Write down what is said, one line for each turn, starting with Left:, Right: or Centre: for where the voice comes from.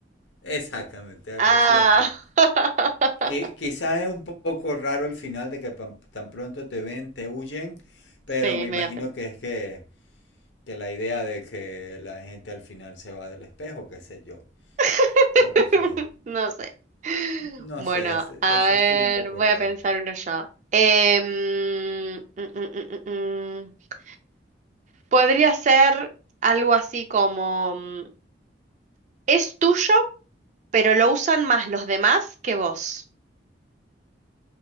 Left: Exactamente, el
Right: Ah.
Left: reflejo.
Right: <laughs>
Left: Que quizás es un poco raro el final de que pan- tan pronto te ven, te huyen,
Right: Sí,
Left: pero me
Right: medio
Left: imagino
Right: feo.
Left: que es que, que la idea de que la gente al final se va del espejo, qué sé yo.
Right: <laughs>
Left: No lo sé.
Right: No sé.
Left: No
Right: Bueno,
Left: sé, ese,
Right: a
Left: ese
Right: ver,
Left: estuvo un poco
Right: voy
Left: raro.
Right: a pensar uno yo. Em, mm, mm, mm, mm, mm. Podría ser algo así como mm, es tuyo, pero lo usan más los demás que vos.